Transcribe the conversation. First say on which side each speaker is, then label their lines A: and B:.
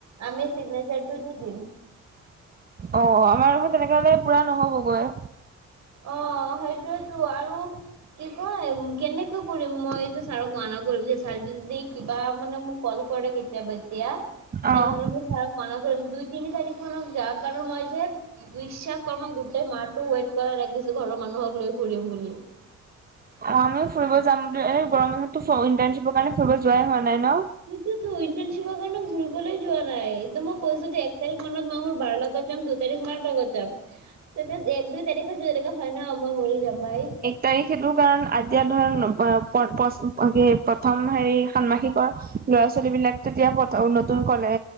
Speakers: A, on the right (about 65°); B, on the right (about 30°).
A: আমি চিগনেচাৰ টো দি দিম।
B: অ', আমাৰ দেখোন তেনেক হলে পুৰা নহ'বগৈ।
A: অ', সেইটোয়েতো আৰু কি কয়? কেনেকা কৰিম মইতো ছাৰক মানা কৰিম যে ছাৰ যদি কিবা মানে মোক কল কৰে কেতিয়াবা এতিয়া
B: অ
A: তেনেহ'লে মই চাৰক মান কৰিম, দুই তিনি তাৰিখ মানক যাৰ কাৰণ মই যে বিশ্বাস কৰ মই গোটেই মাহটো ৱেইট কৰা লখিছো ঘৰৰ মানুহক লৈ ঘুৰিম বুলি।
B: অ', আমি ফুৰিব যাম বুলি এনে গৰম মানাহতো ইণ্টাৰ্শ্বিপৰ কাৰণে ফুৰিব যোৱাই হোৱা নাই ন।
A: সেইটোৱেতো ইণ্টাৰ্ণচিপৰ কাৰণে ঘূৰিবলে যোৱা নাই। ত মই কৈছো যে এক তাৰিখ মানত মই মোৰ বাৰ লগত যাম দুই তাৰিখ মাৰ লগত যাম তেতি এক দুই তাৰিখ এনেকা হয় ন মই মৰি যাম ভাই।
B: তাৰি সেইটো কাৰণ আতিয়া ধৰ প্ৰথম হেৰি ষানমাসিক ৰ ল'ৰা ছোৱালী বিলাক তে এতিয়া নতুন কলে